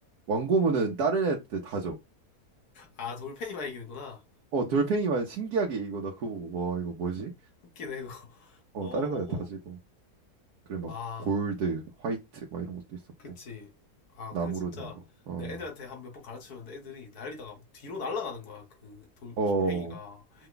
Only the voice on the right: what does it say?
왕고무는 다른 애한테 다 줘.
어 돌팽이만 신기하게 이거 나 그거 보고 와 이거 뭐지?
어
다른 거에 다 지고 그래 막
골드, 화이트 막 이런 것도 있었고
나무로
된 거. 어
어